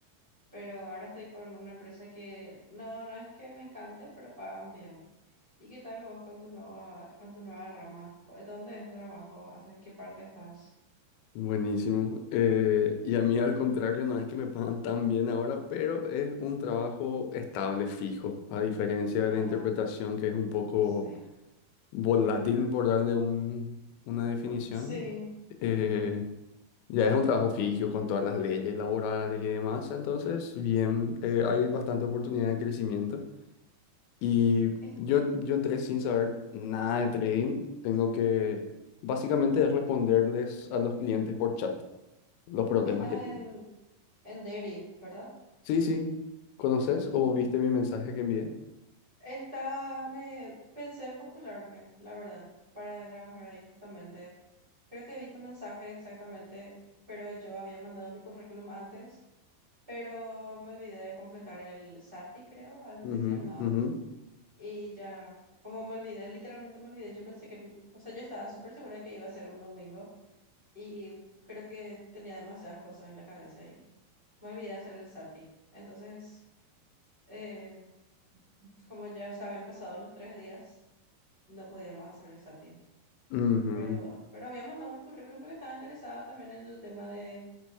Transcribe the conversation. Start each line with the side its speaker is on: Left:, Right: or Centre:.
Right: pero ahora estoy con una empresa que no, no es que me encante, pero pagan bien. ¿Y qué tal vos con tu nueva, con tu nueva rama? ¿Cu- ¿Dónde es tu trabajo? ¿En qué parte estás?
Left: Buenísimo. Eh, y a mí al contrario, no es que me pagan tan bien ahora, pero es un trabajo estable, fijo, a diferencia de
Right: Ah,
Left: la interpretación que es un poco
Right: sí.
Left: volátil, por darle un- una definición.
Right: Sí,
Left: Eh, ya es un trabajo fijo con todas las leyes laborales y demás, entonces bien, eh, hay bastante oportunidad de crecimiento. Y
Right: es-
Left: yo, yo entré sin saber nada de trading, tengo que básicamente es responderles a los clientes por chat los problemas
Right: estás
Left: que tiene.
Right: en, en Deriv, ¿verdad?
Left: Sí, sí. ¿Conoces
Right: Ujú.
Left: o viste mi mensaje que envié?
Right: Estaba, me pensé en postularme, la verdad, para trabajar ahí justamente. Creo que vi tu mensaje exactamente, pero yo había mandado mi currículum antes pero me olvidé de completar el SATI, creo, algo así
Left: Ujú,
Right: se llamaba.
Left: ujú,
Right: Y ya, como me olvidé, literalmente me olvidé, yo pensé que, o sea, yo estaba súper segura de que iba a ser un domingo y creo que tenía demasiadas cosas en la cabeza y me olvidé de hacer el SATI. Entonces, eh, como ya se habían pasado los tres días, no podía más hacer el SATI.
Left: ujú.
Right: Pero, pero había mandado mi currículum porque estaba interesada también en el tema de,